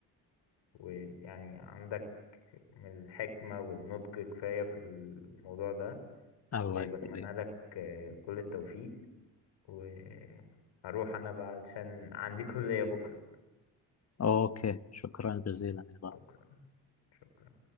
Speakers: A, on the left (about 75°); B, on the left (about 35°).
A: ويعني عندك من الحكمة والنضج كفاية في الموضوع ده
B: الله
A: وبتمنى
B: يخليك
A: لك آه، كل التوفيق وهروح أنا بقى علشان عندي <laughs> كلية بكرة
B: اوكي شكرا جزيلا
A: شكرا شكرا